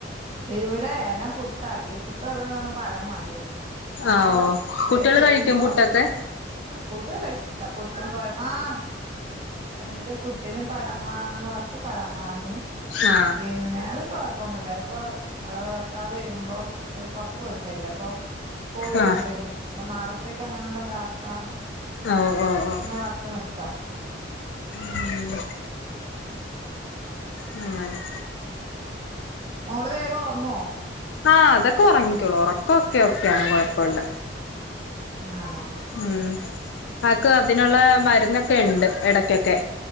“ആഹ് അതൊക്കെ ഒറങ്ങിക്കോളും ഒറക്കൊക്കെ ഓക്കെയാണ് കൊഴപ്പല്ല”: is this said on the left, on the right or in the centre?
Left